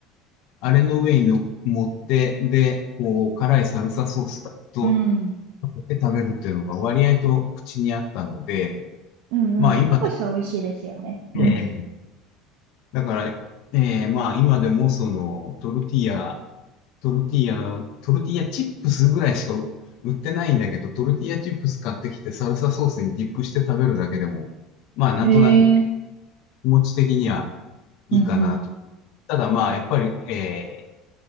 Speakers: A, on the left; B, on the right.
A: あれの上にの持って、で、こう、辛いサルサソースと、
B: うん。
A: かけて食べるっていうのが割合と口にあったので、
B: うんうん。
A: まあ今で
B: タコスは美味しいですよね。
A: も、
B: うん。
A: えーだから、えーまあ今でもそのトルティーヤトルティーヤのトルティーヤチップスぐらいしか売売ってないんだけど、トルティーヤチップス買ってきてサルサソースにディップして食べるだけでも、まあなんとなく気
B: へえ。
A: 持ち的にはいいかなと。
B: うんうん。
A: ただまあやっぱり、えー